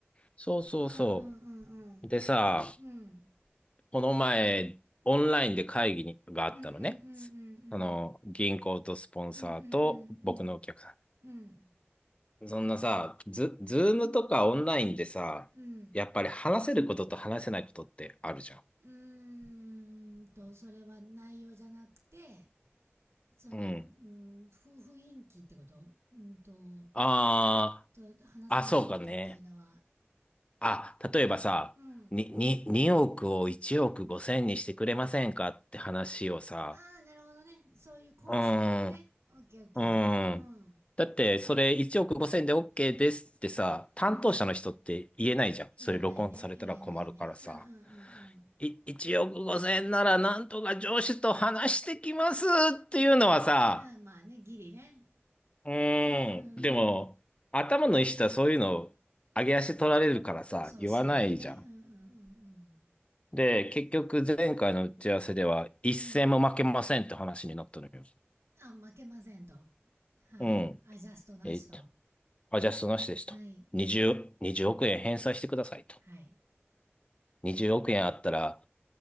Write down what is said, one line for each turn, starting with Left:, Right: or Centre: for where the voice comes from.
Left: そうそうそ
Right: うんうんうんうん
Left: う。でさ、
Right: うん
Left: この前、オンラインで会議があったのね。
Right: うんうんうん
Left: その、銀行とスポンサーと僕のお客さ
Right: うんうんうんうんうんうんうん
Left: ん。そんなさ、ズ、ズームとかオンラインでさ、
Right: うん
Left: やっぱり話せることと話せないことってあるじゃん。
Right: うーんとそれは内容じゃなくてその、
Left: うん。
Right: うん、ふ雰囲気ってことうんと
Left: あ
Right: と話せないことっていうのは
Left: あ、あ、そうかね。あ、例えばさ、
Right: うん
Left: に、に、2億を1億5千にしてくれませんかって話をさ、
Right: ああなるほどねそういう交渉もねオッケーオッケーうん
Left: うーん、うーん。だって、それ1億5千で OK ですってさ、担当者の人って言えないじゃん。
Right: うん
Left: それ録音されたら困るからさ。
Right: 言えないね言えないねうんうんうん
Left: い、1億5千ならなんとか上司と話してきますっていうのはさ、
Right: うんうんまあねギリね
Left: うーん。
Right: うんうん
Left: でも、頭のいい人はそういうの、上げ足取られるからさ、
Right: うんそうしないよねうんうんうん
Left: 言わないじゃん。で、結局前回の打ち合わせでは一戦も負けませんって話になったのよ。
Right: うんうんあ負けませんとはいアジャストなしと
Left: うん。えっと、アジャストなしですと。
Right: はい
Left: 20、20億円返済してくださいと。
Right: はい
Left: 20億円あったら